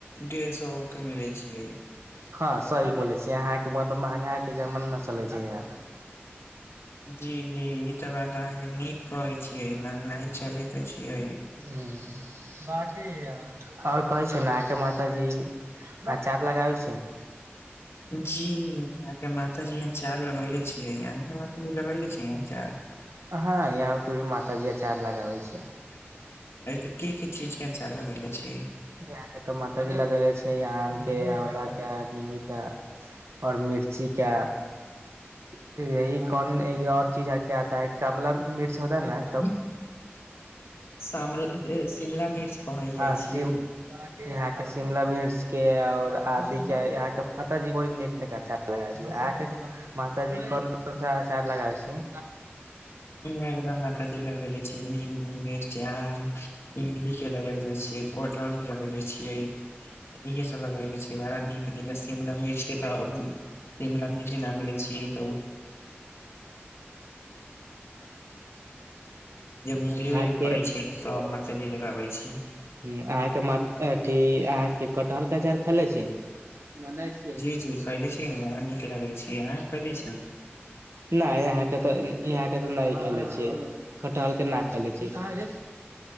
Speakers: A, on the left; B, on the right.
A: डेढ़ सए के मिले छीय
B: हँ सही बोले छी यहाँके मतलब महंगा के जमाना चले छै यहा
A: जी जी ई तऽ बात अहाँके नीक कहै छियै महंगाई चले त छियै
B: हूँ बी और कहे छै नह के मात जी अचार लगाबै छी
A: जी यहा के माता जी अचार लगेले छीयै यहा के म जी लगले छी ऐय अचार
B: हँ यहां के भी माता जी अचार लगाबे छिय
A: ऐत की की चीज के आचार लगेले छी
B: यहाँ के तऽ माता जी लगेले छै य आम के आला के निम के और मिर्ची के <inaudible> यी कोन और चीज हके आता ह कमला मिर्च होता न
A: <inaudible> शाम शिमला मिर्च कहल जाइ
B: हँ
A: छियै
B: शिमला यहा के शिमला मिर्च के और आदि के यहा के माताजी बड़ी नीक नीक अचार आके माताजी कोन कोन सा अचार लगाबै छी
A: इहाँ के तऽ माता जी लग लै छिय नीमबू मिरचा इमली के लगबै छिय कटहार लगेेले छियै इहे सब लगेले छी बड़ा नीक <inaudible> <inaudible> जब मूली
B: अहाँ
A: उली
B: के
A: फड़े छिये तब माता जी लगाबे छी
B: अहाँ के अथि अहाँ के कटहल के अचाार खेनेछी कि
A: जी जी खरले छीै ने बड़ा नीक लागैत छैय अह खइले छी
B: नय यहाँके तऽ यहाँ के तऽ नय खइले छियै कटहल के ना खइले छियै